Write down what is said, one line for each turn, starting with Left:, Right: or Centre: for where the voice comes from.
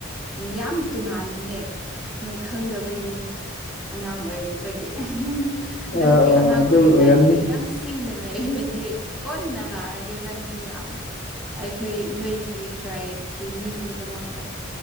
Centre: ꯌꯥꯝ ꯇꯣꯉꯥꯟꯕꯅꯦ ꯅꯣꯏ ꯈꯪꯗꯕꯩꯅꯦ ꯑꯉꯥꯡ ꯑꯣꯏꯔꯤꯕꯒꯤ ꯑꯗꯣ
Left: ꯑ
Centre: ꯍꯧꯖꯤꯛ
Left: ꯑ
Centre: ꯑꯉꯥꯡ
Left: ꯑꯗꯨ
Centre: ꯑꯣꯏꯔꯤꯉꯩꯗꯒꯤ
Left: ꯑꯣꯏꯔꯝꯅꯤ
Centre: ꯌꯥꯝ ꯁꯤꯡꯅ ꯂꯩꯔꯗꯤ ꯀꯅ ꯂꯥꯛꯑꯗꯤ ꯅꯪꯗꯤ ꯌꯥꯝ ꯑꯩꯈꯣꯏ ꯅꯣꯏꯒꯤ ꯇ꯭ꯔꯥꯏꯞ ꯀ ꯃꯤꯒꯤꯗꯃꯛꯇ